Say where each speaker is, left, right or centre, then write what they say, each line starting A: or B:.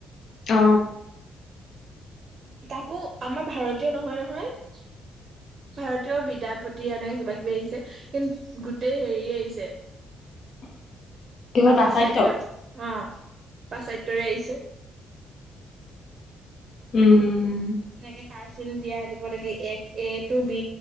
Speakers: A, on the left; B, on the right.
A: অ
B: তাকো আমাৰ ভাৰতীয় নহয় নহয়। ভাৰতীয় বিদাপতি এনে কিবা কিবি আহিছে কিন্তু গোটেই হেৰি আহিছে।
A: <inaudible> পাচাইত
B: পাশ্চাত্য অ পাশ্চাত্যৰে আহিছে।
A: উম
B: এনেকে কাৰচিন দিয়া দিব লাগে এক এ টু বি